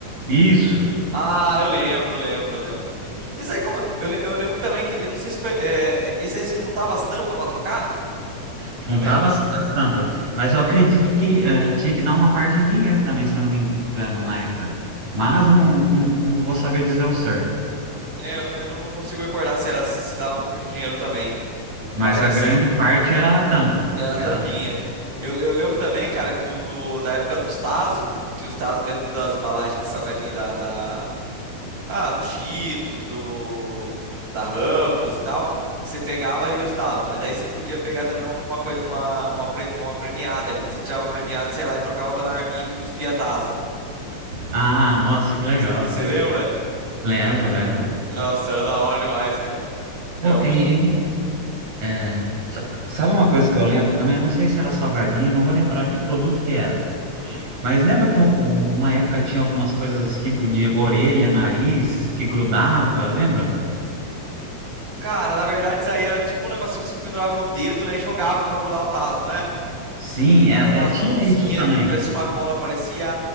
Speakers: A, on the right; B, on the right.
A: isso,
B: Ah, eu lembro, lembro, lembro. Isso aí, como... eu, le- eu lembro também que, eu não sei se foi. É, é, esse aí você juntava as tampas pra trocar
A: juntava
B: também?
A: as, as tampas. Mas eu acredito que é, tinha que dar uma parte em dinheiro também, se eu não me engano, na época. Mas eu não, não, não vou saber dizer o certo.
B: É, eu também não consigo recordar se ela se se dava um pouco de dinheiro também,
A: Mas
B: mas
A: a grande parte era a tampa.
B: era
A: Era
B: tampinha.
A: a tampa.
B: Eu, eu lembro também, cara, que do, do- da época dos Tazo, que tinha os Tazo dentro das embalagens do salgadinho da, da- ah, do Cheetos, do da Ruffles e tal, que você pegava e os Tazo, mas daí você podia pegar também uma, uma coisa, uma, uma, pre- uma premiada. Aí Quando você tirava a premiada, você ia lá e trocava pela arminha que cuspia Tazo.
A: Ah, nossa, que legal.
B: Você lembra?
A: Lembro, lembro.
B: Nossa, era da hora demais, cara. Era
A: Pô, e,
B: muito.
A: e, é, sa- sabe uma coisa que eu lembro também? Eu não sei se era salgadinho, eu não vou lembrar que produto que era.
B: hum.
A: Mas lembra que um- um- uma época tinha algumas coisas tipo de orelha, nariz, que grudava, lembra?
B: Cara, na verdade, isso aí era tipo um negocinho que você pendurava no dedo, né? E jogava pra grudar o tazo, né?
A: Sim, é,
B: Que era umas
A: é- tinha
B: mãozinhas
A: isso também.
B: que parecia uma cola, parecia.